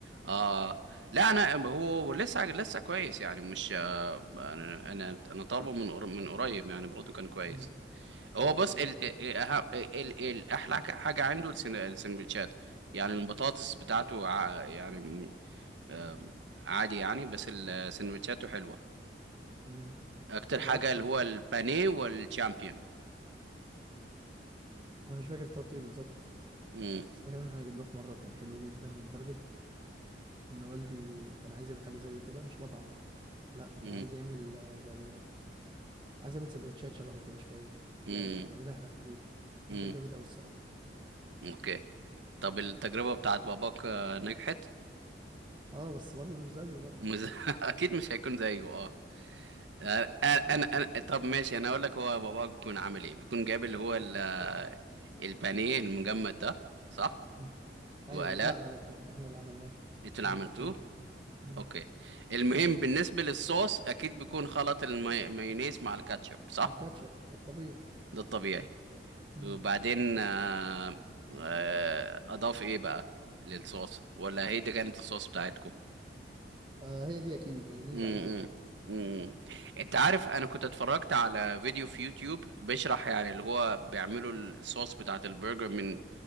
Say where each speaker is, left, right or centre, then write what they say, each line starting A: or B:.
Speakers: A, on the right; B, on the right.
A: اه لا انا هو لسه لسه كويس يعني مش آه، انا انا انا طالبه من قر- من قريب يعني برضه كان كويس
B: مم،
A: هو
B: هو
A: بص
B: لذيذ
A: ال ال ال ال ال- احلى ك- حاجه عنده السن- السندوتشات يعني البطاطس بتاعته ع- يعني م- آم، عادي يعني بس السندوتشاته حلوه
B: مم،
A: اكتر
B: جربت
A: حاجه
B: شاورما
A: اللي هو
B: بس.
A: البانيه
B: مش فاكر.
A: والشامبيون
B: انا مش فاكر طلبت ايه بالظبط
A: امم
B: بس فاكر ان احنا جبناه في مرة وكان حلو جدا لدرجة ان والدي كان عايز يعمل حاجه زيه كده مش مطعم لا
A: امم
B: كان عايز يعمل آه، زي عايز يعمل سندوتشات شبهه كده شويه
A: امم
B: يعني نعملها احنا في البيت
A: امم
B: ده كان جامد قوي الصراحه
A: اوكي طب التجربه بتاعت باباك آه، نجحت
B: اه بس برضه مش زيه برضه
A: مز... <laughs> اكيد مش هيكون زيه اه انا انا أنا- طب ماشي انا اقول لك هو باباك بيكون عامل ايه بيكون جايب اللي هو ال- البانيه المجمد ده صح
B: مم. ايوه
A: وقلاه
B: ده- لا لا لا كان احنا اللي عملناه
A: انتوا اللي
B: احنا
A: عملتوه
B: اللي تبلنا كمان. مم.
A: اوكي المهم بالنسبه للصوص اكيد بيكون خلط المايونيز مع الكاتشب صح
B: عن كاتشب ده الطبيعي
A: ده الطبيعي
B: مم.
A: وبعدين آه، آه، اضاف ايه بقى للصوص ولا هي دي كانت الصوص بتاعتكم
B: آه هي دي اكيد مايونيز
A: امم
B: على كاتشب
A: امم انت عارف انا كنت اتفرجت على فيديو في يوتيوب بيشرح يعني اللي هو بيعملوا الصوص بتاعت البرجر من